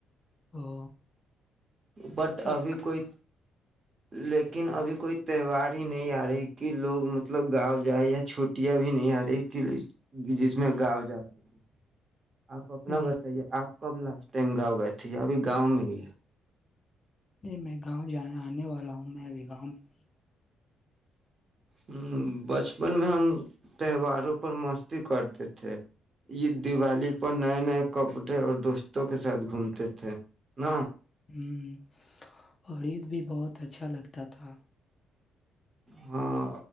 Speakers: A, on the left; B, on the right.
A: او
B: بٹ
A: اچھا آپ
B: ابھی
A: کا
B: کوئی لیکن ابھی کوئی تہوار ہی نہیں آ رہی کہ لوگ مطلب گاؤں جائیں یا چھٹیاں بھی نہیں آ رہی کہ جس میں گاؤں جا سکے آپ اپنا
A: نہیں
B: بتائیے آپ کب لاسٹ ٹائم گاؤں گئے تھے ابھی گاؤں میں ہی ہے
A: نہیں میں گاؤں جان آنے والا ہوں میں ابھی گاؤں میں نہیں ہوں
B: ہ بچپن میں ہم تہواروں پر مستی کرتے تھے عید دیوالی پر نئے نئے کپڑے اور دوستوں کے ساتھ گھومتے تھے ن
A: ہمم اور عید بھی بہت اچھا لگتا تھا
B: ہاں